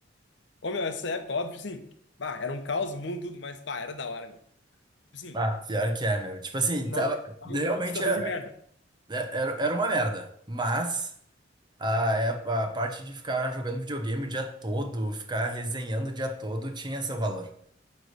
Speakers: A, on the left (about 65°); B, on the right (about 25°).
A: Ô, meu, essa época, óbvio, tipo assim, bah, era um caos, o mundo, tudo, mas, bah, era da hora, meu. Tipo assim,
B: Ah, pior que é, meu. Tipo assim,
A: não,
B: tava... Realmente
A: situação
B: é.
A: de merda.
B: É- Era, era uma merda. Mas a, é- a parte de ficar jogando videogame o dia todo, ficar resenhando o dia todo, tinha seu valor.